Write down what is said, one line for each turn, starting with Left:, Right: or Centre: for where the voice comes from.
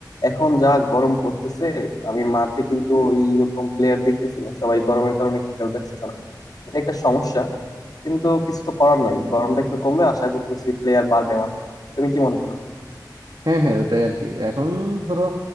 Left: এখন যা গরম পড়তেছে আমি মাঠে কিন্তু এইরকম প্লেয়ার দেখতেছি না সবাই গরমের কারণে খেলতে আসতেছে না এটা একটা সমস্যা কিন্তু কিছু তো করার নাই গরমটা একটু কমলে আশা করতেছি প্লেয়ার বাড়বে মাঠে তুমি কি মনে করো
Right: হ্যাঁ হ্যাঁ ওটাই আর কি এখন ধরো